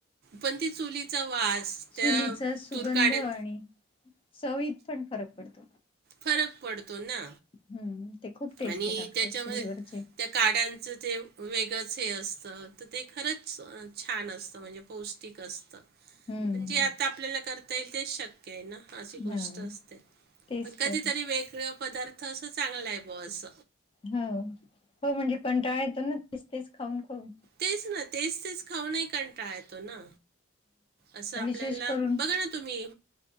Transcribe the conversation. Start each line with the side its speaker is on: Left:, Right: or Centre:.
Right: पण ती चुलीचा वास. त्या
Left: चुलीचा सुगंध
Right: तुरकाड्यां
Left: आणि चवीत पण फरक पडतो.
Right: फरक पडतो ना.
Left: हम्म, ते खूप टेस्टी
Right: आणि
Left: लागतात
Right: त्याच्यामध्ये
Left: चुलीवरचे.
Right: त्या काड्यांचं ते वेगळंच हे असतं, तर ते खरंच छान असतं म्हणजे पौस्ट ष्टिक असत,
Left: हम्म
Right: पण जे
Left: हम्म
Right: आता आपल्याला करता येईल तेच शक्य आहे ना. अशी गोष्ट
Left: हा
Right: असते,
Left: तेच
Right: पण कधीतरी
Left: तर
Right: वेगळ पदार्थ अस चांगला आहे. बस.
Left: हो, हो म्हणजे कंटाळा येतो ना तेच तेच खाऊन खाऊन
Right: तेच ना तेच तेच खाऊनही कंटाळा येतो ना, असं आपल्याला
Left: विशेष करून
Right: बघा ना तुम्ही